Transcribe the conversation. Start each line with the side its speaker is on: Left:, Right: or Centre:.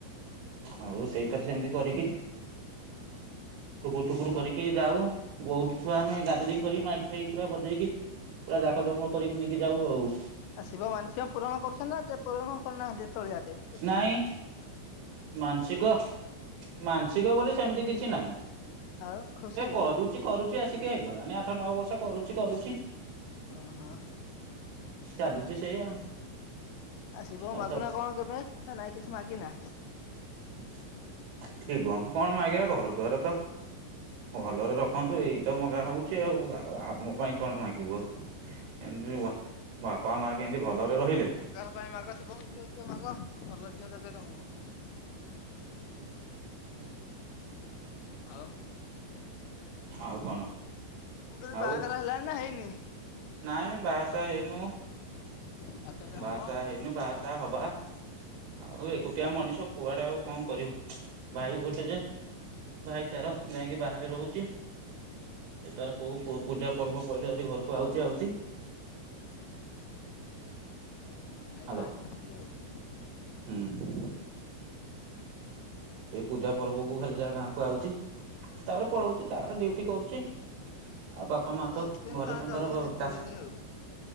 Right: ଆଉ ସେଇଥର ସେମିତି କରିକି ଠୁକୁର ଠୁକୁର
Left: ଚାଲ
Right: କରିକି
Left: ଆଉ ନା
Right: ଯାଉ ବହୁତ ଛୁଆ ଆମେ ଗ୍ୟାଦରିଂ କରି ମାଇ ସେଇି ପୁରା ବଜେଇକି ପୁରା ଜାକଯ ମଙ୍ଗ କରିକି ନେଇକି ଯାଉ ଆଉ
Left: ଆ ଶିବ ମାନସିକ ପୂରଣ କରୁଛନ୍ତି ନା ଯେ ପୂରଣ କରୁନାହାନ୍ତି ଏତେବେଳ ଯାକେ?
Right: ନାଇଁ। ମାନସିକ ମାନସିକ ବୋଲି ସେମିତି କିଛି ନାହିଁ।
Left: ଆଉ ଖୁସି
Right: କରୁଚି କରୁଚି ଆସିକି ହେଇଗଲାଣି ଆଠ ନଅ ବର୍ଷ କରୁଚି କରୁଚି
Left: ଓହୋ
Right: ଚାଲିଛି ସେଇଆ।
Left: ଆ ଶିବଙ୍କୁ
Right: ଆଉ
Left: ମାଗୁନା
Right: ତାକୁ
Left: କଣ କେବେ ନା ନାଇଁ କିଛି ମାଗିନା?
Right: ଶିବଙ୍କୁ କଣ ମାଗିବା ଘରଦ୍ଵାରତ ଭଲରେ ରଖନ୍ତୁ ଏଇ ତ ମଗା ହଉଛି ଆଉ ଆଉ ଆମ ପାଇଁ କଣ ମାଗିବୁ ଆ ଏ ବାବା ମା କେମତି ଭଲରେ ରହିଲେ
Left: ଭାଇ ମାଗ ଶିବଙ୍କୁ ଝିଅ ଫିଅ ମାଗ ଭଲ ଝିଅ ଦେବେ ତମକୁ। ଆଉ
Right: ଆଉ କଣ
Left: ମୁଁ କହିଲି
Right: ଆଉ
Left: ବାହାଘର ହେଲାଣି ନା ହେଇନି
Right: ନାଇଁ ବାହାସାହା ହେଇନୁ
Left: ଆଉ କେବେ
Right: ବାହା
Left: ହବ?
Right: ସାହା ହେଇନୁ ବାହାସା ସାହା ହବା ଆଉ ଏକୁଟିଆ ମଣିଷ କୁଆଡେ ଆଉ କଣ କରିବୁ। ଭାଇ ଗୋଟେ ଯେ ଭାଇ ତାର ଯାଇକି ବାହାରେ ରହୁଛି। ସେ ତାର କୋଉ ପୁ ପୂଜା ପର୍ବ ପଇଲେ ଯଦି ଘରକୁ ଆଉଛି ଆଉଛି
Left: ତମ ଭାଇ
Right: ହ୍ୟାଲୋ
Left: ବାହାରେ ରହୁଛନ୍ତି ଆଉ।
Right: ହୁଁ। ଏଇ ପୂଜା ପର୍ବକୁ ଖାଲି ଯାହା ଗାଁକୁ ଆଉଚି। ତାପରେ ପଳଉଛି ତାର ଡିଉଟି କରୁଛି ଆଉ ବାପା ବାପା ମା
Left: ଯାଉଛନ୍ତି
Right: ତ ଘରେ ତାଙ୍କର
Left: ଯାଉଛନ୍ତି
Right: ଘ
Left: ଦି ତିନି
Right: ଚାଁ
Left: ଦିନ ଆଉ